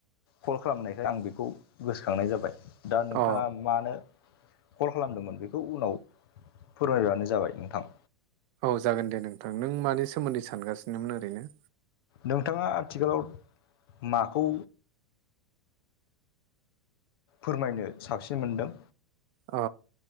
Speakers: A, on the left; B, on the right.
A: कल खालामनायखाय आं बेखौ गोसोखांनाय जाबाय दा नोंथांङा
B: अ
A: मानो कल खालामदोंमोन बेखौ उनाव फोरमायबानो जाबाय नोंथां?
B: औ जागोन दे नोंथां नों मानि सोमोन्दै सानगासिनोमोन ओरैनो
A: नोंथांङा आथिखालाव माखौ फोरमायनो साबसिन मोनदों?
B: अ